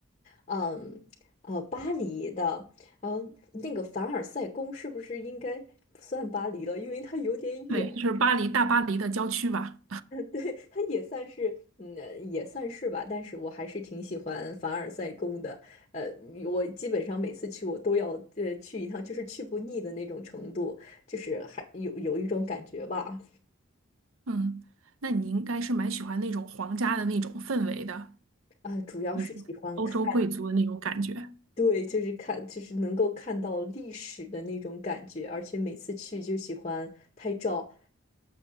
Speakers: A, on the left (about 30°); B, on the right (about 75°).
A: 嗯，呃，巴黎的，呃，那个凡尔赛宫是不是应该不算巴黎了？因为它有点远。
B: 对，就是巴黎，大巴黎的郊区吧。
A: 对，它也算是，嗯，呃也算是吧，但是我还是挺喜欢凡尔赛宫的。呃，我基本上每次去，我都要呃去一趟，就是去不腻的那种程度，就是还有有一种感觉吧。
B: 嗯，那你应该是蛮喜欢那种皇家的那种氛围的，
A: 啊、主要是喜欢看，
B: 你欧洲贵族的那种感觉。
A: 对，就是看，就是能够看到历史的那种感觉，而且每次去就喜欢拍照。